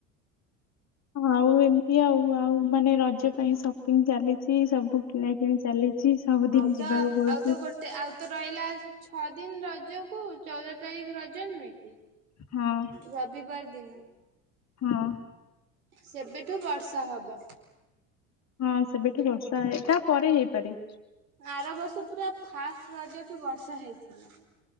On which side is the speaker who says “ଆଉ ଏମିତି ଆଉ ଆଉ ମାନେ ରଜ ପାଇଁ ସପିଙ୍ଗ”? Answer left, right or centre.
Left